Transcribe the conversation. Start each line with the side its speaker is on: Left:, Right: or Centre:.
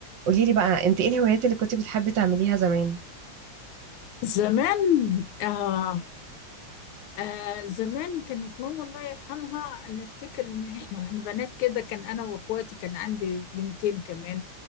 Right: قولي لي بقى انت ايه الهوايات اللي كنت بتحبي تعمليها زمان
Left: زمان آه آه زمان كانت ماما الله يرحمها نفتكر ان احنا واحنا بنات كده كان انا واخواتي كان عندي بنتين كمان